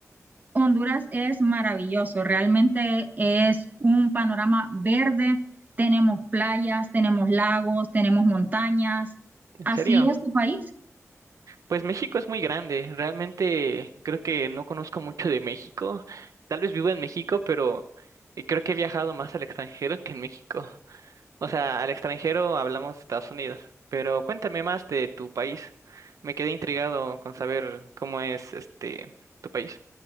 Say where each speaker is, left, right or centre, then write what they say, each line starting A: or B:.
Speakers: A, on the right (about 35°); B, on the right (about 90°).
A: Honduras es maravilloso, realmente es un panorama verde, tenemos playas, tenemos lagos, tenemos montañas,
B: ¿En
A: así
B: serio?
A: es tu país.
B: Pues México es muy grande. Realmente creo que no conozco mucho de México. Tal vez vivo en México, pero eh, creo que he viajado más al extranjero que en México. O sea, al extranjero hablamos de Estados Unidos. Pero cuéntame más de tu país. Me quedé intrigado con saber cómo es este tu país.